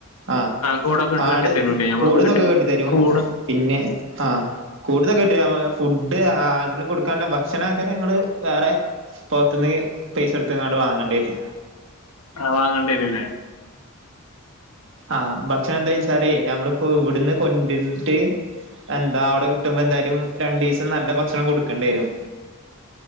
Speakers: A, on the right; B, on the left.
A: ആഹ്
B: കൂടൊക്കെ ആണ്ട്
A: ആട്
B: കെട്ടി തരൂലേ നമ്മളെ
A: കൂട്തൊക്കെ
B: വീട്ടില്
A: കെട്ടി തരും
B: കൂട്
A: പിന്നെ ആഹ് കൂടുന്നക്കെ കെട്ടി തരും ഫുഡ് ആടിന് കൊടുക്കാനുള്ള ഭക്ഷണമൊക്കെ നിങ്ങള് വേറെ പുറത്ത്നിന്ന് പൈസ എടുത്ത്ങ്ങാണ്ട് വാങ്ങേണ്ടി വര
B: ആഹ് വാങ്ങേണ്ടി വരൂല്ലേ
A: ആഹ് ഭക്ഷണം എന്താ വെച്ചാലെ നമ്മളിപ്പോ ഇവിടുന്ന് കൊണ്ടിരുന്നിട്ട് എന്താ അവിടെ കിട്ടുമ്പോ എന്തായാലും രണ്ടു ദിവസം നല്ല ഭക്ഷണം കൊടുക്കേണ്ടി വരും